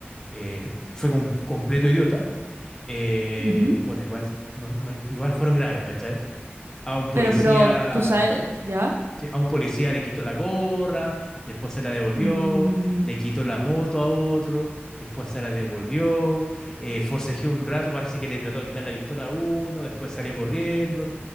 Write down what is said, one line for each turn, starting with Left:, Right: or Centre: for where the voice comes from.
Left: eh, fue un completo idiota. eh,
Right: ujú.
Left: bueno, igual, no- no- igual fueron graves, ¿cachai? A un policía
Right: Pero, pero, tú sabes, ¿ya?
Left: Sí, a un policía le quitó la gorra, después se la devolvió,
Right: Mm,
Left: le quitó la moto a otro, después se la devolvió, eh, forcejeó un rato, parece que le trató de quitar la pistola a uno, después salió corriendo,